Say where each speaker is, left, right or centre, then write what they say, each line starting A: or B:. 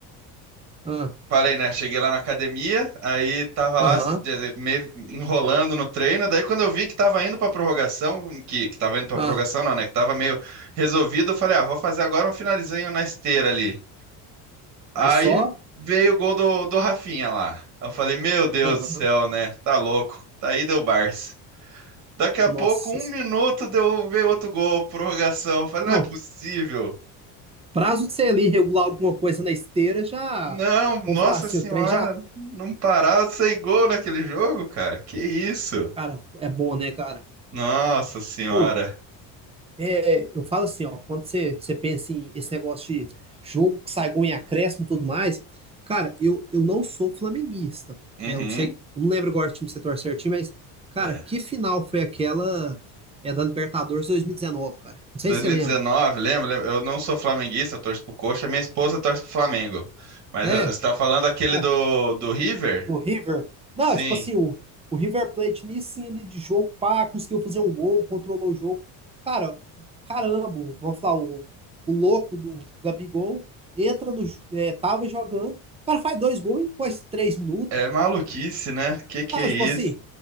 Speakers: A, on the right; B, on the right.
A: Ah,
B: Falei, né? Cheguei lá na academia, aí tava
A: Aham,
B: lá se- eh, meio enrolando no treino. Daí, quando eu vi que tava indo pra prorrogação, que, que tava indo pra
A: ah,
B: prorrogação, não, né? Que tava meio resolvido, eu falei, ah, vou fazer agora um finalizinho na esteira ali. Aí
A: Aí só,
B: veio o gol do, do Rafinha lá. Eu falei, meu Deus
A: aham,
B: do céu, né? Tá louco. Daí deu Barça. Daqui a
A: Nossa.
B: pouco, um minuto, deu, veio outro gol, prorrogação. Eu falei,
A: Não,
B: não é possível.
A: prazo de você ali regular alguma coisa na esteira já,
B: Não, nossa
A: vamos falar assim,
B: senhora,
A: o trem já,
B: não parava de sair gol naquele jogo, cara. Que isso?
A: cara, é bom, né, cara?
B: Nossa senhora.
A: Pô, é, eu falo assim, ó, quando você, você pensa em esse negócio de jogo que sai gol em acréscimo e tudo mais, cara, eu, eu não sou flamenguista.
B: Uhum.
A: É, eu não sei, eu não lembro agora o time que você torce certinho, mas, cara,
B: É.
A: que final foi aquela é, da Libertadores 2019, cara? Não sei
B: 2019,
A: se você lembra.
B: lembra? Lembra? Eu não sou flamenguista, eu torço pro Coxa, minha esposa torce pro Flamengo. Mas
A: É,
B: eh, você tá falando aquele
A: É,
B: do, do River?
A: O River. Não,
B: Sim.
A: tipo assim, o, o River Plate nisso sim, ali de jogo, pá, conseguiu fazer um gol, controlou o jogo. Cara, caramba, vamos falar, o, o louco do Gabigol entra no. É, tava jogando, o cara faz dois gols em quase três minutos.
B: É maluquice, né? Que que
A: Não,
B: é isso?
A: tipo assim,